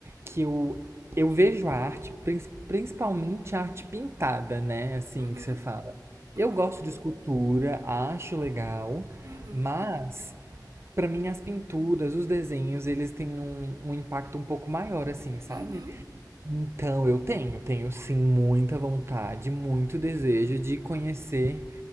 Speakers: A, on the right; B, on the right.
A: que eu, eu vejo a arte, prin- principalmente a arte pintada, né? Assim
B: Uhum,
A: que você fala.
B: uhum,
A: Eu gosto de escultura, acho legal,
B: uhum.
A: mas pra mim as pinturas, os desenhos, eles têm um, um impacto um pouco maior, assim, sabe?
B: Uhum.
A: Então, eu tenho, tenho sim muita vontade, muito desejo de conhecer